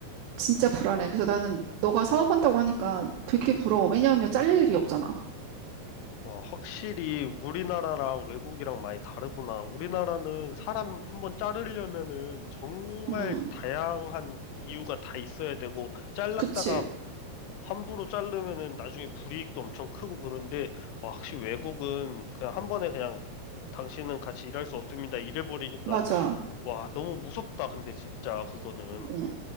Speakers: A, on the right (about 85°); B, on the left (about 80°).
A: 진짜 불안해. 그래서 나는 너가 사업한다고 하니까 되게 부러워. 왜냐하면 잘릴 일이 없잖아.
B: 와, 확실히 우리나라랑 외국이랑 많이 다르구나. 우리나라는 사람 한번 자르려면은 정말
A: 음,
B: 다양한 이유가 다 있어야 되고, 잘랐다가
A: 그치.
B: 함부로 자르면은 나중에 불이익도 엄청 크고 그런데, 와, 확실히 외국은 그냥 한 번에 그냥 당신은 같이 일할 수 없습니다. 이래버리니까
A: 맞아.
B: 와, 너무 무섭다, 근데 진짜 그거는.
A: 어.